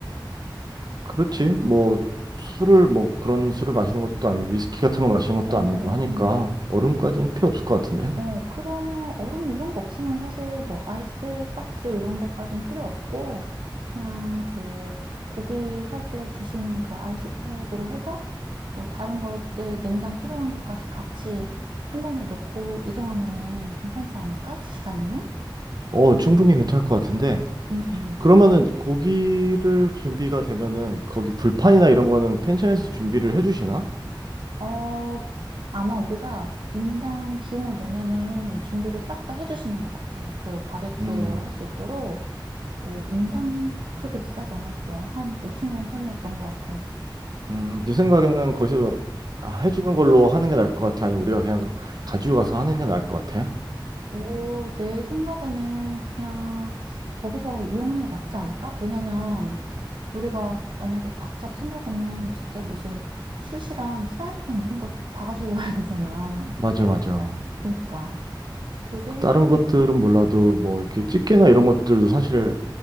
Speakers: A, on the right (about 55°); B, on the right (about 70°).
A: 그렇지. 뭐, 술을, 뭐, 그런 술을 마시는 것도 아니고, 위스키 같은 거 마시는 것도
B: 어,
A: 아니고 하니까,
B: 어,
A: 얼음까지는 필요 없을 것 같은데?
B: 어, 그러면 얼음 이런 거 없으면 사실 뭐 아이스 박스 이런 것까진 필요 없고, 그냥 그 고기 살 때 주시는 그 아이스팩으로 해서 뭐 다른 것들 냉장 필요한 것까지 같이 한 번에 넣고 이동하면은 괜찮지 않을까? 두 시간이면?
A: 어, 충분히 괜찮을 것 같은데?
B: 응, 응,
A: 그러면은,
B: 맞아.
A: 고기를 준비가 되면은, 거기 불판이나 이런 거는 펜션에서 준비를 해주시나?
B: 어, 아마 우리가 인당 비용을 내면은 준비를 싹 다 해주시는 것 같아. 그 바베큐
A: 음,
B: 할 수 있도록, 뭐, 인당 그렇게 비싸지 않았어. 한 5천 원 선이었던 것 같아.
A: 음, 네 생각에는 거기서 아, 해주는 걸로 하는 게 나을 것 같아? 아니면 우리가 그냥 가지고 가서 하는 게 나을 것 같아?
B: 오, 내 생각에는 그냥 거기서 이용하는 게 낫지 않을까? 왜냐면 우리가 만약에 각자 챙겨가면 진짜 무슨 숯이랑 후라이팬 이런 거 다 가지고 <laughs> 가야 되잖아.
A: 맞아, 맞아.
B: 그니까. 그게
A: 다른 것들은 몰라도, 뭐, 이렇게 집게나 이런 것들도 사실,